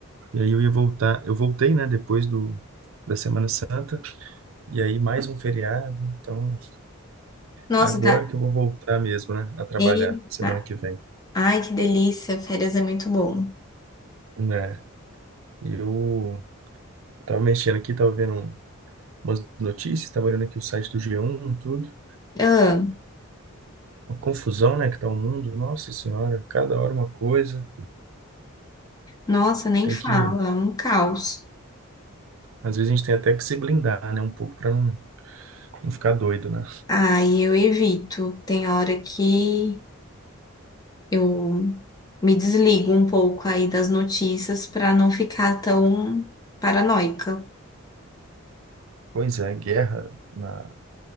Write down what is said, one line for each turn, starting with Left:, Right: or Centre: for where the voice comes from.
Right: e aí eu ia voltar. Eu voltei, né, depois do, da Semana Santa, e aí mais um feriado, então.
Left: Nossa,
Right: Agora
Left: tá.
Right: que eu vou voltar mesmo, né, a trabalhar
Left: Eita.
Right: semana que vem.
Left: Ai, que delícia, férias é muito bom.
Right: Né? Eu tava mexendo aqui, tava vendo um- umas notícias, tava olhando aqui o site do G1, tudo.
Left: Ah,
Right: Uma confusão, né, que tá o mundo. Nossa Senhora, cada hora uma coisa.
Left: nossa, nem
Right: Tem
Left: fala,
Right: que,
Left: é um caos.
Right: às vezes a gente tem até que se blindar, né, um pouco para não, não ficar doido, né?
Left: Ai, eu evito. Tem hora que. eu me desligo um pouco aí das notícias para não ficar tão paranoica.
Right: Pois é, guerra na,